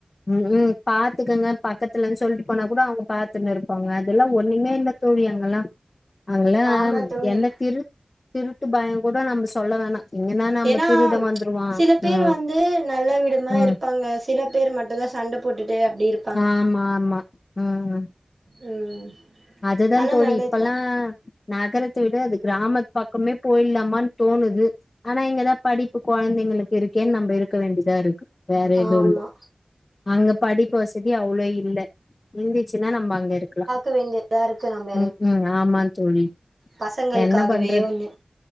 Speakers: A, on the left; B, on the right.
A: ம் பாத்துக்கங்க பக்கத்துலனு சொல்ட்டு போனா கூட அவங்க பாத்துன்னு இருப்பாங்க அதெல்லா ஒண்ணுமே இல்ல தோழி அங்கல்லா அங்கலா
B: ஆமா தோழி
A: எந்த திரு திருட்டு பயம் கூட நம்ம சொல்ல வேணா எங்கன்னா நம்ம
B: ஏனா
A: திருட வந்துருவா
B: சில பேர்
A: ம்
B: வந்து நல்ல விதமா
A: ம்
B: இருப்பாங்க சில பேர் மட்டுந்தா சண்ட போட்டுட்டு அப்டி இரு
A: ஆமா ஆமா ம்
B: ம்
A: அது தா
B: ஆனா
A: தோழி
B: நல்லதுதா
A: இப்பல்லா நகரத்த விட அது கிராமத்து பக்கமே போய்லாமான்னு தோணுது ஆனா இங்கதா படிப்பு கொழந்தைங்களுக்கு இருக்கேன்னு நம்ப இருக்க வேண்டிதா இருக்கு வேற எதுவு
B: ஆமா
A: இல்ல அங்க படிப்பு வசதி அவ்ளோ இல்ல இருந்துச்சுன்னா நம்ம அங்க இருக்கலா
B: க வேண்டியதா இருக்கு நம்
A: ம் ம் ஆமா தோழி
B: பசங்களுக்காகவே
A: என்ன பண்றது
B: ஒன்னு